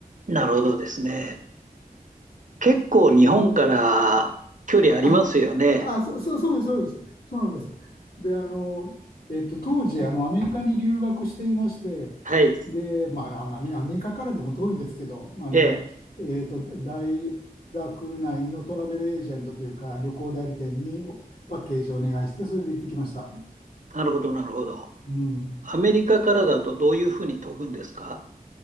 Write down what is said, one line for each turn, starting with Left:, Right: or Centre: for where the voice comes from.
Right: なるほどですね。結構日本から距離ありますよね。
Left: あ、あ、そ、そそうです、そうです。そうなんです。で、あの、えっと、当時、あの、アメリカに留学していまして、
Right: はい。
Left: で、まあ、あアメアメリカからでも遠いですけど、あの、
Right: ええ
Left: えっと、大学内のトラベルエージェントというか、旅行代理店にパッケージをお願いして、それで行ってきました。
Right: なるほど、なるほど。
Left: うん。
Right: アメリカからだとどういうふうに飛ぶんですか